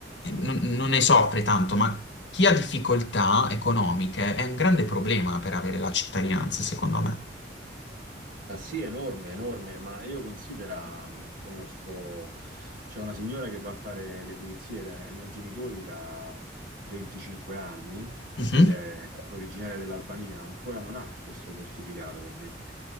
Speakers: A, on the left; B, on the right.
A: non, non ne soffre tanto, ma chi ha difficoltà economiche è un grande problema per avere la cittadinanza, secondo me.
B: Ma sì, enorme, enorme, ma io considera, mh, conosco, c'è una signora che va a fare le pulizie dai- ai miei genitori da 25 anni
A: Mhm.
B: ed è originaria dell'Albania, ancora non ha questo certificato per dirti.